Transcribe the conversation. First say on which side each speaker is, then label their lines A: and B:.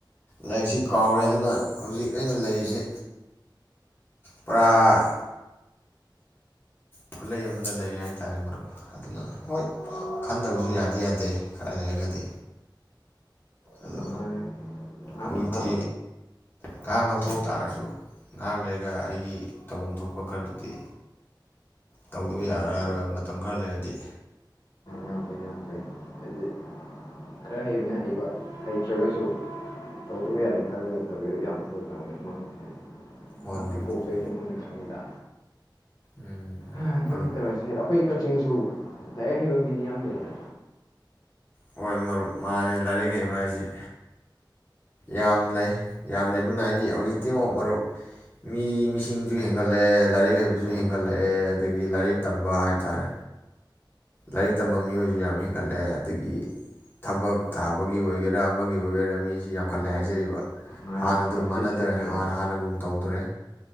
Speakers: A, on the left (about 25°); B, on the left (about 50°).
A: ꯂꯥꯏꯔꯤꯛꯁꯤ ꯀꯥꯎꯔꯦ ꯑꯗꯨꯅ ꯍꯧꯖꯤꯛ ꯑꯩꯅ ꯂꯩꯔꯤꯁꯤ ꯄꯨꯔꯥ ꯈꯨꯠꯂꯩ ꯑꯃꯗ ꯂꯩꯔꯦ ꯍꯥꯏ ꯇꯔꯦ ꯃꯔꯨꯞ ꯑꯗꯨꯅ ꯍꯣꯏ ꯈꯟꯗꯕꯁꯨ ꯌꯥꯗꯤ ꯌꯥꯗꯦ ꯈꯔ ꯂꯩꯔꯒꯗꯤ ꯑꯗꯨ
B: ꯃꯥꯅꯤ ꯑꯍꯥꯟꯕ
A: ꯍꯧꯖꯤꯛꯇꯤ
B: ꯀꯣꯟ
A: ꯉꯥꯏꯍꯥꯛ ꯉꯥꯎꯊꯣꯛ ꯇꯥꯔꯁꯨ ꯉꯥꯏꯍꯥꯛ ꯂꯩꯔꯒ ꯑꯩꯒꯤ ꯇꯧꯐꯝ ꯊꯣꯛꯄ ꯈꯔꯗꯨꯗꯤ ꯇꯧꯗꯕ
B: ꯃꯥꯅꯤ
A: ꯌꯥꯔꯔꯔꯣꯏꯕ ꯃꯇꯝ ꯈꯔ ꯂꯩꯔꯗꯤ
B: ꯌꯥꯝ ꯐꯩ ꯌꯥꯝ ꯐꯩ ꯍꯥꯏꯗꯤ ꯈꯔ ꯍꯩꯕꯅ ꯍꯩꯕ ꯍꯩꯇ꯭ꯔꯒꯁꯨ ꯇꯧꯗꯕ ꯌꯥꯗꯦ ꯈꯜꯂꯒ ꯇꯧꯗꯣ ꯌꯥꯝ ꯐꯕ ꯊꯕꯛꯅꯤ ꯃꯔꯨꯞꯁꯤꯡ
A: ꯍꯣꯏ
B: ꯃꯀꯤ
A: ꯍꯣꯏ
B: ꯀꯣꯛꯁꯦ
A: ꯃꯔꯨꯞ
B: ꯑꯩꯁꯨ ꯃꯅ ꯈꯪꯉꯤꯗ
A: ꯎꯝ
B: ꯑꯗꯨꯅꯤꯇꯔꯁꯤ
A: ꯃꯔꯨꯞ
B: ꯑꯩꯈꯣꯏ ꯀꯛꯆꯤꯡꯁꯨ ꯂꯥꯏꯔꯤꯛ ꯍꯩꯕ ꯃꯤꯗꯤ ꯌꯥꯝ ꯂꯩꯔꯦ
A: ꯍꯣꯏ ꯃꯔꯨꯞ ꯃꯥꯅꯤ ꯂꯥꯏꯔꯤꯛ ꯍꯩꯕ ꯍꯥꯏꯁꯤ ꯌꯥꯝ ꯂꯩ ꯌꯥꯝ ꯂꯩꯕꯅ ꯍꯥꯏꯗꯤ ꯍꯧꯖꯤꯛꯇꯤ ꯑꯃꯨꯛ ꯃꯔꯨꯞ ꯃꯤ ꯃꯤꯁꯤꯡꯁꯨ ꯍꯦꯟꯒꯠꯂꯛꯑꯦ ꯂꯥꯏꯔꯤꯛ ꯍꯩꯕꯁꯨ
B: ꯎꯝ,
A: ꯍꯦꯟꯒꯠꯂꯛꯑꯦ ꯑꯗꯒꯤ ꯂꯥꯏꯔꯤꯛ ꯇꯝꯕ ꯍꯥꯏ ꯇꯥꯔꯦ ꯂꯥꯏꯔꯤꯛ ꯇꯝꯕ ꯃꯤꯑꯣꯏꯁꯨ ꯌꯥꯝ ꯍꯦꯟꯒꯠꯂꯛꯑꯦ ꯑꯗꯒꯤ ꯊꯕꯛ ꯊꯥꯕꯒꯤ ꯑꯣꯏꯒꯦꯔꯥ ꯑꯃꯒꯤ ꯑꯣꯏꯒꯦꯔꯥ ꯃꯤꯁꯤ ꯌꯥꯝꯈꯠꯂꯦ ꯍꯥꯏꯖꯔꯤꯕ
B: ꯃꯥꯅꯤ
A: ꯍꯥꯟꯅ ꯑꯗꯨꯝ
B: ꯀꯝꯄꯤꯇꯤꯁꯟꯁꯦ
A: ꯃꯥꯟꯅꯗꯔꯦ ꯍꯥꯟꯅ ꯍꯥꯟꯅꯒꯨꯝ ꯇꯧꯗꯔꯦ